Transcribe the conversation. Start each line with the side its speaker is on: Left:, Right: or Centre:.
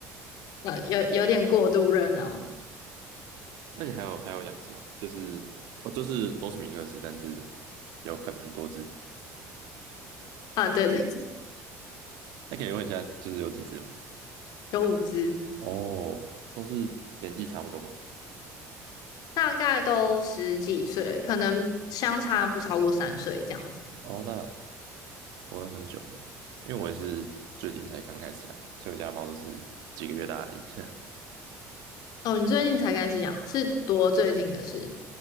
Left: 呃，有有点过度热闹
Right: 那你还有还有养什么？就是哦，就是都是米克斯，但是有很很多只。
Left: 啊，对对，
Right: 那可以问一下，就是有几只吗？
Left: <laughs> 有五只，
Right: 哦，都是年纪差不多吗？
Left: 大概都十几岁，可能相差不超过三岁这样子。
Right: 哦，那我很久嘞，因为我也是最近才刚开始养猫，所以我家的猫都是几个月大而已。<laughs>
Left: 哦，你最近才开始养，是多最近的事？